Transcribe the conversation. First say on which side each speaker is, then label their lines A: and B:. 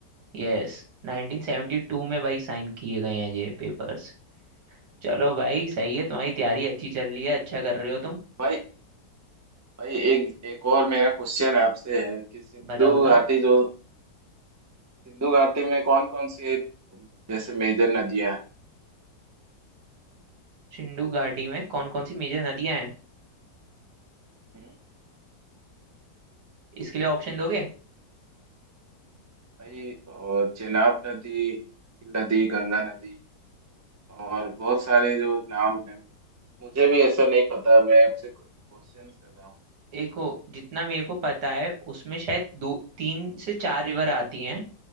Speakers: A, on the right; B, on the right.
A: यस 1972 में भाई साइन किए गए हैं ये पेपर्स चलो भाई सही है तुम्हारी तैयारी अच्छी चल रही है अच्छा कर रहे हो तुम
B: भाई भाई एक एक और मेरा क्वेश्चन आपसे है कि सिंधु
A: बताओ बताओ
B: घाटी जो सिंधु घाटी में कौन कौन सी जैसे मेजर नदियां हैं
A: सिंधु घाटी में कौन कौन सी मेजर नदियां हैं
B: हम्म।
A: इसके लिए ऑप्शन दोगे
B: भाई और चेनाब नदी नील नदी गंगा नदी और बहुत सारे जो नाम हैं मुझे भी ऐसा नहीं पता मैं आपसे क्वेश्चन कर रहा हूँ
A: देखो जितना मेरे को पता है उसमें शायद दो तीन से चार रिवर आती हैं